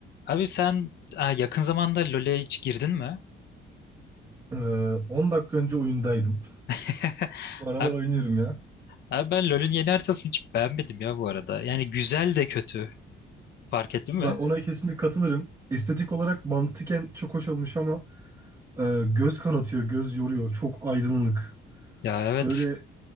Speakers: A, on the left; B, on the right.
A: Abi sen aa, yakın zamanda LoL'e hiç girdin mi?
B: Ee, 10 dakika önce oyundaydım.
A: <laughs>
B: Bu aralar
A: Abi,
B: oynuyorum ya.
A: abi ben LoL'ün yeni haritasını hiç beğenmedim ya bu arada. Yani güzel de kötü. Fark ettin
B: Bak
A: mi?
B: ona kesinlikle katılırım. Estetik olarak mantıken çok hoş olmuş ama e, göz kanatıyor, göz yoruyor. Çok aydınlık.
A: Ya evet.
B: Böyle